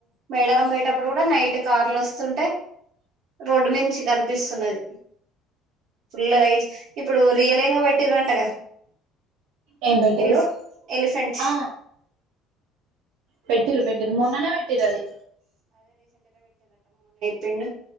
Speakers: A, on the right; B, on the right.
A: మేడారం పోయేటప్పుడు కూడా నైట్ కార్ల వస్తు రోడ్డు మించి కనిపిస్తున్నది ఫుల్ లైట్స్ ఇప్పుడు రీయ్యలేనుగు పెట్టిరంటగా
B: ఏం పెట్టిరు
A: ఎలిఫ్ ఎలిఫెంట్
B: ఆ పెట్టిర్రు పెట్టిర్రు మొన్ననే పెట్టిర్రు అది
A: పిండు